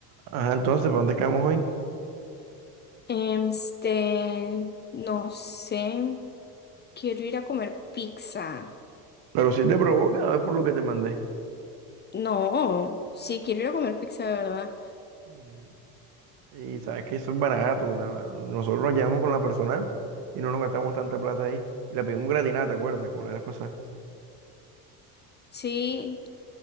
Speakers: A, on the right; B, on the left.
A: Ajá, entonces, ¿para dónde quedamos hoy?
B: Este, no sé, quiero ir a comer pizza.
A: Pero si te provoca, es por lo que te mandé.
B: No, sí, quiero ir a comer pizza, de verdad.
A: Mm, Y sabes que eso es barato. la- nosotros nos llevamos con la personal y no nos gastamos tanta plata ahí. Y la pedimos gratinada, ¿te acuerdas? Con la vez pasada.
B: Sí,